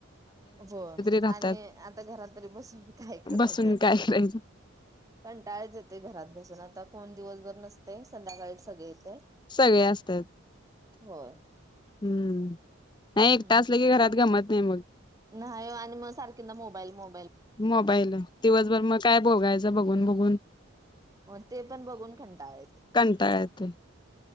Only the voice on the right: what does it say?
हो
आणि आता घरातरी बसून काय करायचंय.
कंटाळाच येते घरात बसून आता कोण दिवसभर नसतय संध्याकाळी सगळे येत
होय.
हम्म
नाही आणि मग सारखींदा मोबाईल मो
हो ते पण बघून खंटाळेत.